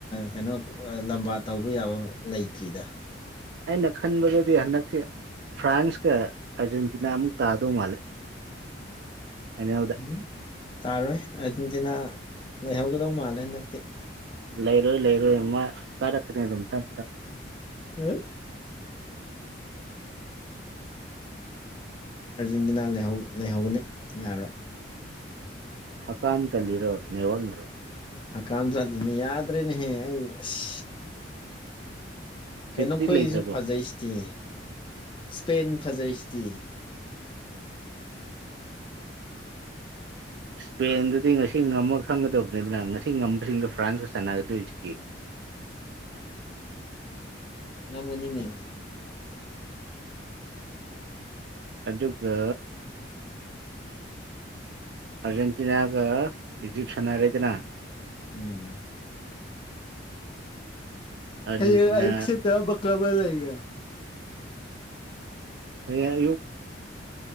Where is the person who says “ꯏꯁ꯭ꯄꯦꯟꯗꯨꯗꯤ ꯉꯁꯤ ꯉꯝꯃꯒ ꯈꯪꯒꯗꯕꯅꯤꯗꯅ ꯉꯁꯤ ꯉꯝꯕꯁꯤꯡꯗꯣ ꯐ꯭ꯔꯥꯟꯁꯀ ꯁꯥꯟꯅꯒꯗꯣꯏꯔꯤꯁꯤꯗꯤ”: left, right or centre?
Right